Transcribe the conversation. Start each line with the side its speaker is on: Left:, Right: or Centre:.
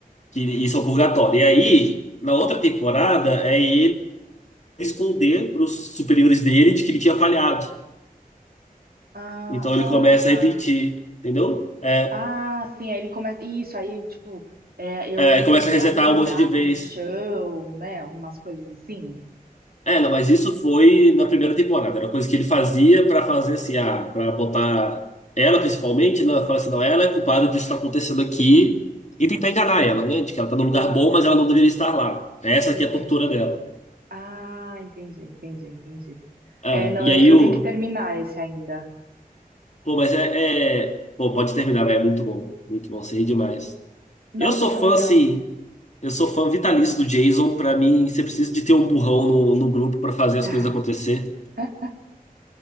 Left: que isso é o purgatório. E aí, na outra temporada, é ele esconder para os superiores dele de que ele tinha falhado.
Right: Ah,
Left: Então ele
Right: ah,
Left: começa
Right: tá.
Left: a repetir, entendeu? É,
Right: Ah, sim, aí ele começa. Isso, aí, tipo, é, eu
Left: é,
Right: lembro
Left: começa
Right: que te-
Left: a resetar
Right: abre um buraco
Left: um monte de vez.
Right: no chão, né? Umas coisas assim.
Left: É, não, mas isso foi na primeira temporada. Era coisa que ele fazia para fazer assim, ah, para botar ela principalmente, né? Fala assim, não, ela é culpada disso que tá acontecendo aqui. E tentar enganar ela, né? De que ela tá num lugar
Right: Ah,
Left: bom, mas ela não deveria estar lá. Essa
Right: entendi.
Left: aqui é a tortura dela.
Right: Ah, entendi, entendi, entendi.
Left: É,
Right: É, não,
Left: e
Right: eu
Left: aí
Right: eu
Left: o
Right: tenho que terminar esse ainda.
Left: Pô, mas é, é- Pô, pode terminar, velho. É muito bom. Muito bom, você ri demais.
Right: Nossa,
Left: Eu sou
Right: que
Left: fã,
Right: legal.
Left: assim. Eu sou fã vitalício do Jason. Pra mim, você precisa de ter um burrão no, no grupo pra fazer as
Right: <laughs>
Left: coisas acontecer.
Right: <sighs>